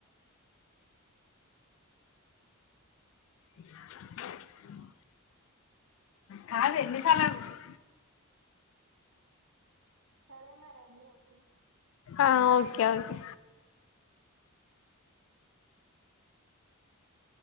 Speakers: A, on the left; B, on the right.
A: బోళ్ల సౌండ్ కాదు ఎన్ని సార్లు అడుగుతావ్
B: సరే మరండి ఓకే
A: ఆ ఓకే ఓకే